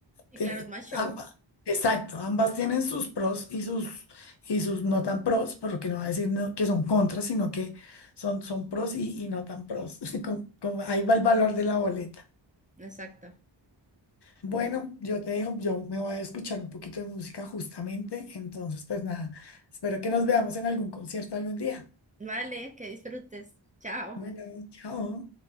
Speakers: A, on the right; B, on the left.
A: Y
B: tiene-
A: claro, es más show.
B: amba- exacto, ambas tienen sus pros y sus, y sus no tan pros, porque no va a decir no- que son contras, sino que son, son pros y, y no tan pros. <laughs> Como- como ahí va el valor de la boleta.
A: Exacto.
B: Bueno, yo te dejo, yo me voy a escuchar un poquito de música justamente, entonces pues nada, espero que nos veamos en algún concierto algún día.
A: Vale, que disfrutes. Chao.
B: Bueno, chao.